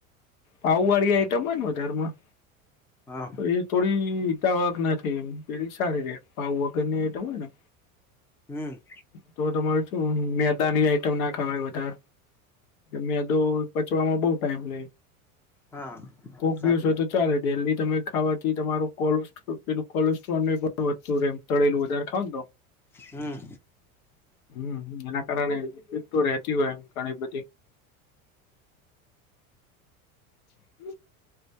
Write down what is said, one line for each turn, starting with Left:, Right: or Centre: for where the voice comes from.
Left: પાઉ વાળી આઈટમ હોય વધારમાં
Centre: હા.
Left: એ થોડી હીતાવક ના થઈ એમ પેલી સારી રે પાવ વગરની આઇટમ હોય ને.
Centre: હમ.
Left: તો તમાર શું મેદાની આઈટમ ના ખાવાય વધાર મેદો પચવામાં બહુ ટાઈમ લે
Centre: હા
Left: કોક
Centre: સાચી
Left: દિવસ હોય
Centre: વાત
Left: તો ચાલે ડેલી તમે ખાવાથી તમારું કોસ્ટ પેલું કોલેસ્ટ્રોલ ન પણ વધતું રહે એમ તળેલું વધારે ખાવ ને તો.
Centre: હમ્મ.
Left: હમ એના કારણે તો રેતી હોય. એમ ઘણી બધી <inaudible>